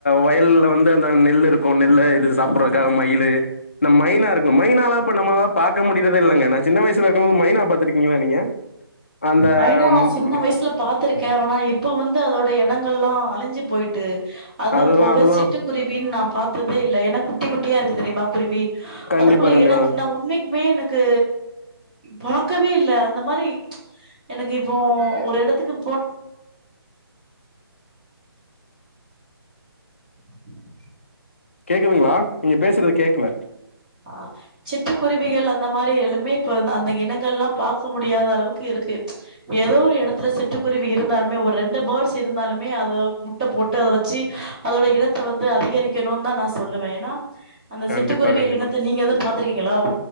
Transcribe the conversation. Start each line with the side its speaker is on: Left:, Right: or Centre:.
Left: வயல்ல வந்து அந்த நெல்லு இருக்கு நெல்ல இது சாப்பிறதுக்காக மயிலு இந்த மைனா இருக்கும் மைனாலா இப்ப நம்ம பாக்க முடியறதே இல்லங்க நான் சின்ன வயசுல இருக்கும் போது மைனா பாத்துருக்கீங்களா நீங்க அந்த
Right: மைனா நா
Left: ம்
Right: சின்ன
Left: ம்,
Right: வயசுல பாத்திருக்கே ஆனா இப்ப வந்து அதோட இனங்கல்லா அழிஞ்சு போயிட்டு அது
Left: அதுதான்
Right: போக
Left: அதுதான்.
Right: சிட்டு குருவின்னு நா பாத்ததே இல்ல ஏன்னா குட்டி குட்டியா இருக்கு தெரியுமா குருவி
Left: கண்டிப்பா
Right: அதுக்குள்ள
Left: கண்டிப்பா.
Right: இனங் நா உண்மைக்கு மே எனக்கு பாக்கவே இல்ல அந்த மாரி எனக்கு இப்போ ஒரு இடத்துக்கு போ <inaudible>
Left: கேக்குதுங்களா நீங்க பேசுறது கேக்கல
Right: ஆ சிட்டுக்குருவிகள் அந்த மாறி எல்லாமே இப்ப அந்த இனங்கள்லா பாக்க முடியாத அளவுக்கு இருக்கு ஏதோ ஒரு எடத்துல சிட்டுக்குருவி இருந்தாலுமே ஒரு ரெண்டு பேர்ட்ஸ் இருந்தாலுமே அத முட்ட போட்டு அத வெச்சு அதோட இனத்தை வந்து வந்து அதிகரிக்கணும்னுதா நா சொல்லுவே ஏன்னா அந்த
Left: கண்டிப்பா
Right: சிட்டுக்குருவிகள்
Left: கண்டிப்பா.
Right: இனத்த து நீங்க அது பாத் த்ருக்கீங்களா ஓ